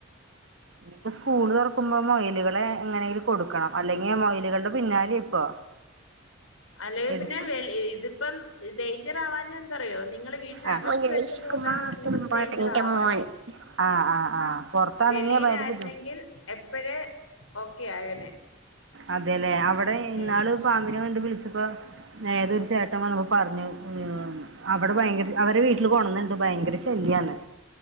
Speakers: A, on the right (about 65°); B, on the left (about 80°).
A: ഉം ഇപ്പൊ സ്കൂള് താെറക്കുമ്പാെ മൊയല്കളെ എങ്ങനെങ്കിലും കൊടുക്കണം അല്ലെങ്ങെ മൊയല്കള്ടെ പിന്നാലെ ഇപ്പൊ
B: അല്ലെങ്കി
A: എടുത്തു
B: പിന്നെ വെൾ ഇഇത്പ്പം ഡൈഞ്ചറാവാഞ്ഞത് എന്താറിയാേ നിങ്ങള് വീടിനകത്ത്
A: ആഹ് മുരളീഷ്
B: വെച്ചത് കൊണ്ടാണ്
A: കുമാർ
B: കൂടുതൽ
A: തുമ്പാട്ടന്റെ
B: ഡൈഞ്ചർ ആവാഞ്ഞെ
A: മോൻ ആഹ് ആഹ് ആഹ് പുറത്താണെങ്കി
B: വെളിയിലായിര്ന്നെങ്കിൽ
A: ഭയങ്കര ബുദ്ധിമു
B: എപ്പഴേ ഓക്കെ ആയേനെ
A: അതെലേ അവിടെ ഇന്നാള്
B: ഉം
A: പാമ്പിനെ കണ്ട് വിളിച്ചപ്പോ ഏതൊരു ചേട്ടൻ വന്നപ്പം പറഞ്ഞു ഉം അവിടെ ഭയങ്കര അവരെ വീട്ടില് കൊണ്ടുവന്നിട്ടുണ്ട് ഭയങ്കര ശല്ല്യാന്ന്.